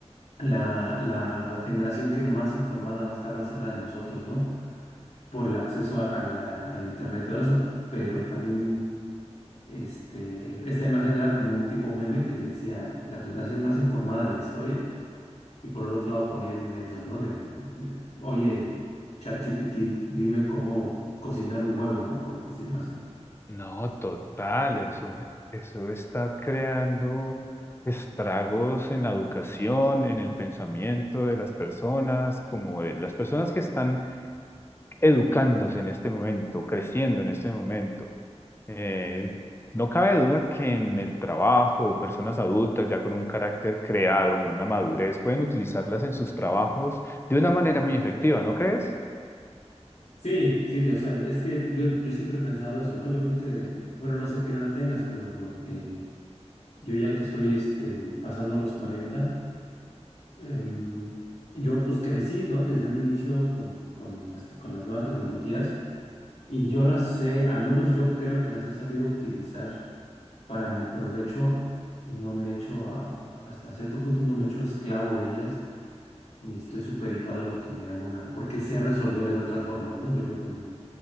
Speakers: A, on the left (about 70°); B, on the left (about 20°).
A: la, la generación que más informada va a estar va a ser la de nosotros, ¿no? Por el acceso a, a la, al internet y todo eso, pero también este, esta imagen era como un tipo meme que decía la generación más informada de la historia Y por el otro lado ponían eso, ¿no? De, de, oye, ChatGPT, dime cómo cocinar un huevo, ¿no? Por decirlo así.
B: No, total, eso, eso está creando estragos en la educación, en el pensamiento de las personas, como de las personas que están educándose en este momento, creciendo en este momento. Eh, no cabe duda que en el trabajo, personas adultas ya con un carácter creado, con una madurez, pueden utilizarlas en sus trabajos de una manera muy efectiva, ¿no crees?
A: Sí, sí, yo, o sea, es que yo, yo siempre he pensado eso, ¿no? Yo creo que, bueno, no sé qué edad tengas, pero eh, yo ya que estoy este, pasando los 40 em, yo pues crecí, ¿no? Desde un inicio con, con las, con las nuevas tecnologías y yo las sé, al menos yo creo que las he sabido utilizar para mi provecho y no me he hecho, a- hasta cierto punto no me he hecho esclavo de ellas, ni estoy supeditado a lo que me haga una, porque sé resolver de otras formas, ¿no? Yo creo que me-